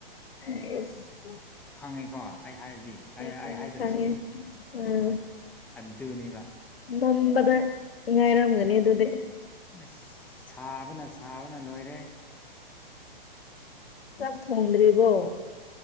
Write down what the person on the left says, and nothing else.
ꯑꯦꯁ
ꯈꯪꯉꯦ
ꯈꯪꯉꯦ ꯎꯝ
ꯃꯝꯕꯗ ꯉꯥꯢꯔꯝꯒꯅꯤ ꯑꯗꯨꯗꯤ
ꯆꯥꯛ ꯊꯣꯡꯗ꯭ꯔꯤꯕꯣ